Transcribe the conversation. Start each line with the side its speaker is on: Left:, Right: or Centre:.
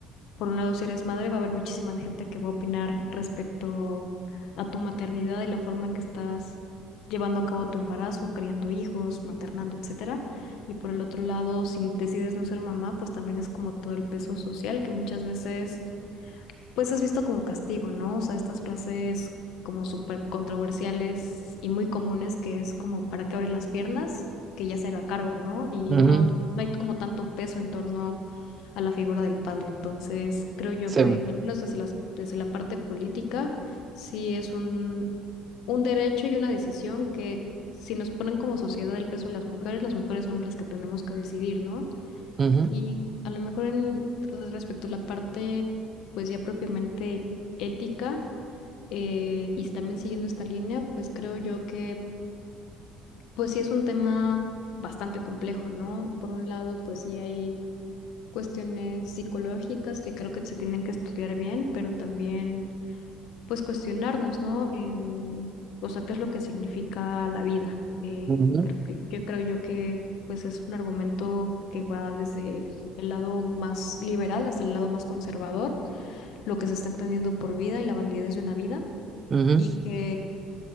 Left: Por un lado, si eres madre, va a haber muchísima gente que va a opinar respecto a tu maternidad y la forma en que estás llevando a cabo tu embarazo, criando hijos, maternando, etcétera. Y por el otro lado, si decides no ser mamá, pues también es como todo el peso social que muchas veces pues es visto como castigo, ¿no? O sea, estas frases como súper controversiales y muy comunes que es como para que abre las piernas, que ya se haga cargo, ¿no? Y
Right: ujú,
Left: no no hay como tanto peso en torno a la figura del padre. Entonces, creo yo
Right: sí,
Left: que al menos desde las, desde la parte política, sí es un, un derecho y una decisión que si nos ponen como sociedad el peso de las mujeres, las mujeres somos las que tenemos que decidir, ¿no?
Right: ujú,
Left: Y a lo mejor en re- respecto a la parte, pues ya propiamente ética, eh, y también siguiendo esta línea, pues creo yo que, pues sí es un tema bastante complejo, ¿no? Por un lado, pues sí hay cuestiones psicológicas que creo que se tienen que estudiar bien, pero también pues cuestionarnos, ¿no? En, o sea, qué es lo que significa la vida. Eh,
Right: ujú,
Left: creo que, yo creo yo que pues es un argumento que va desde el lado más liberal hasta el lado más conservador, lo que se está entendiendo por vida y la validez de una vida,
Right: ujú,
Left: y que